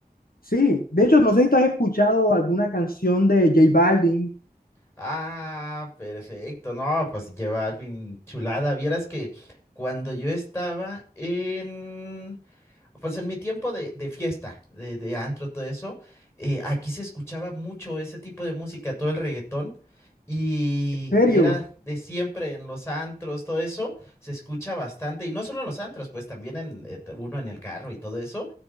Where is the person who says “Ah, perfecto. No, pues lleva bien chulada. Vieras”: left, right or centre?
Left